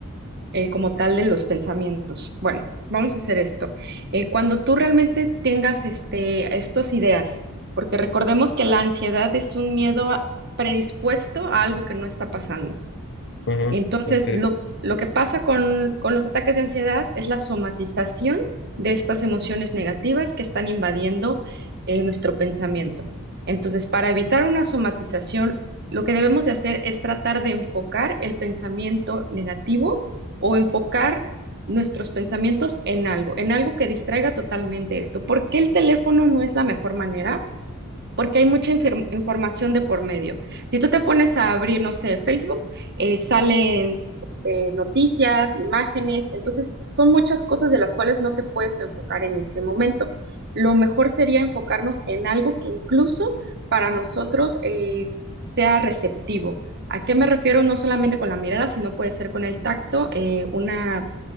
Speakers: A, on the right; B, on the left.
A: eh, como tal de los pensamientos. Bueno, vamos a hacer esto. Eh, cuando tú realmente tengas este, estas ideas, porque recordemos que la ansiedad es un miedo a- predispuesto a algo que no está pasando.
B: Ujú,
A: Entonces,
B: así
A: lo,
B: es.
A: lo que pasa con, con los ataques de ansiedad es la somatización de estas emociones negativas que están invadiendo eh, nuestro pensamiento. Entonces, para evitar una somatización, lo que debemos de hacer es tratar de enfocar el pensamiento negativo o enfocar nuestros pensamientos en algo, en algo que distraiga totalmente esto. ¿Por qué el teléfono no es la mejor manera? porque hay mucha infir- información de por medio. Si tú te pones a abrir, no sé, Facebook, eh, salen este, noticias, imágenes, entonces son muchas cosas de las cuales no te puedes enfocar en este momento. Lo mejor sería enfocarnos en algo que incluso para nosotros eh, sea receptivo. ¿A qué me refiero? No solamente con la mirada, sino puede ser con el tacto, eh, una